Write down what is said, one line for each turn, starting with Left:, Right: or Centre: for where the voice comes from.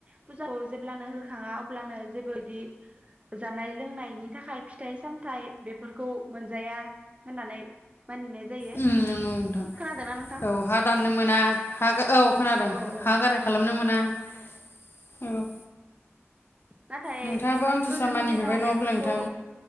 Right: फुजाखौ जेब्लानो होखाङा अब्लानो जेबो इदि जानाय लोंनायनि थाखाय फिथाइ सामथाइ बेफोरखौ मोनजाया। होननानै मानिनाय जायो
Left: उम नंगौ नोंथां
Right: खोनादोंना नोंथां?
Left: औ हा दाननो मोना हा औ खोनादों
Right: औ औ
Left: हा गाराय खालामनो मोना। <inaudible> औ
Right: नाथाय
Left: नोंथाङाबो आमथिसुवा
Right: गोदोनि
Left: मानिफेरबाय
Right: दिनाव
Left: नङा
Right: बेफोरखौ
Left: होमब्ला नोंथां